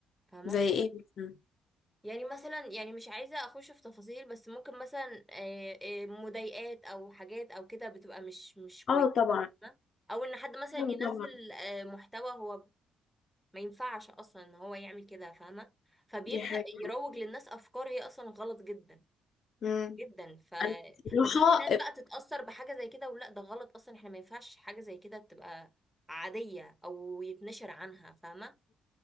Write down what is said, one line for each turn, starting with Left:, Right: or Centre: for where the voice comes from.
Centre: فاهمه
Left: زي ايه مثلا
Centre: يعني مثلا يعني مش عايزة اخش في تفاصيل بس ممكن مثلا آه، آه، مضايقات او حاجات او كده بتبقى مش مش كويسة
Left: اه طبعا
Centre: فاهمة؟ او ان حد مثلا
Left: ايوه
Centre: ينزل
Left: طبعا
Centre: آه، محتوى هو ما ينفعش اصلا ان هو يعمل كده فاهمة فبيبدأ
Left: دي حاجة
Centre: يروج للناس افكار هي اصلا غلط جدا
Left: امم
Centre: جدا ف...
Left: انا
Centre: فتبتدي
Left: بصراحة
Centre: الناس بقى تتأثر بحاجة زي كده ولا ده غلط اصلا احنا ما ينفعش حاجة زي كده تبقى عادية او يتنشر عنها فاهمة؟